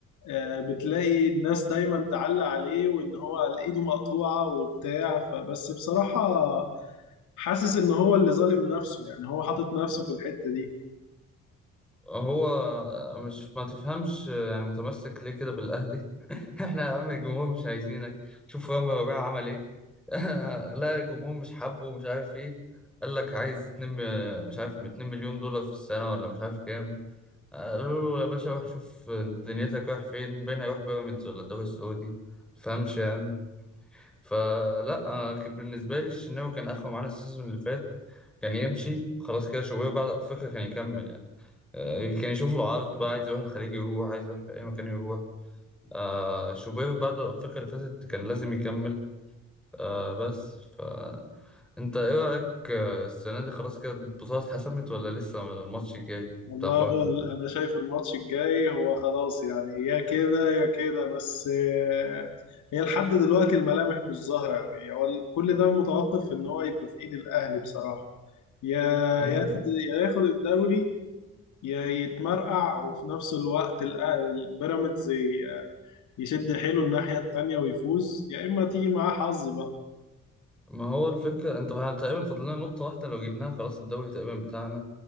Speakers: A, on the left; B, in the centre.
A: آه، بتلاقي الناس دايما تعلق عليه وان هو على ايده مقطوعه وبتاع فبس بصراحه حاسس ان هو اللي ظالم نفسه يعني هو حاطط نفسه في الحته دي
B: هو مش ما تفهمش يعني متمسك ليه كده بالأهلي <laughs> احنا يا عم الجمهور مش عايزينك شوف رامي ربيعة عمل ايه <laughs> لا الجمهور مش حابه مش عارف ايه قال لك عايز 2 مش عارف 2 مليون دولار في السنة ولا مش عارف كام قالوا له يا باشا روح شوف دنيتك رايح فين بين هيروح بيراميدز ولا الدوري السعودي تفهمش يعني فلا أنا كان بالنسبة لي الشناوي كان آخره معانا السيزون اللي فات كان يمشي خلاص كده شوبير بعد أفريقيا كان يكمل يعني. آه، كان يشوف له عرض بقى عايز يروح الخليج يروح عايز يروح في أي مكان يروح آه شوبير بعد الأفريقيا اللي فاتت كان لازم يكمل آه بس فأنت إيه رأيك آه، السنة دي خلاص كده البطولة اتحسمت ولا لسه الماتش الجاي
A: والله
B: بتاع فاركو؟
A: هو ال- انا شايف الماتش الجاي هو خلاص يعني يا كده يا كده بس آه، هي لحد دلوقتي الملامح مش ظاهرة قوي هو ال- كل ده متوقف ان هو يبقى في ايد الاهلي بصراحة يا
B: مم.
A: ياخد يا ياخد الدوري يا يتمرقع وفي نفس الوقت الأه- البيراميدز ي- يشد حيله الناحية التانية ويفوز يا اما تيجي معاه حظ بقى
B: ما هو الفكرة أنت تقريبا فاضل لنا نقطة واحدة لو جبناها خلاص الدوري تقريبا بتاعنا